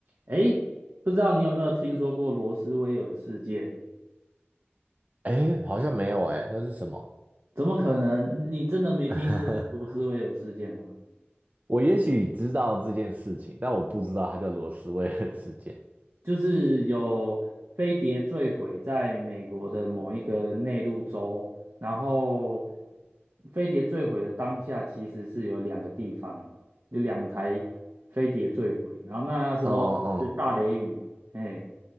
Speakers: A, on the right; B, on the right.
A: 诶，不知道你有没有听说过罗斯威尔事件？
B: 哎，好像没有哎，那是什么？
A: 怎么可能？你真的没听说过罗斯威尔事件吗？
B: <laughs> 我也许知道这件事情，但我不知道它叫罗斯威尔事件。
A: 就是有飞碟坠毁在美国的某一个内陆州，然后飞碟坠毁的当下，其实是有两个地方啊，有两台飞碟坠毁，然后那时候是大雷雨，
B: 哦哦，
A: 哎，